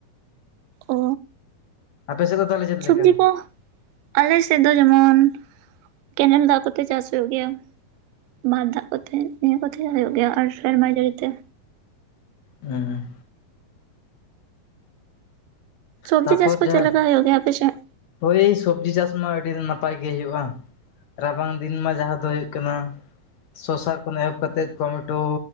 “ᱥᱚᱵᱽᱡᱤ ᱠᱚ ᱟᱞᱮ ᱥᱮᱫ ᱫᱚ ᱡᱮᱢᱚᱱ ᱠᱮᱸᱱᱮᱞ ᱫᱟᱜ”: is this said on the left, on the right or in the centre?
Right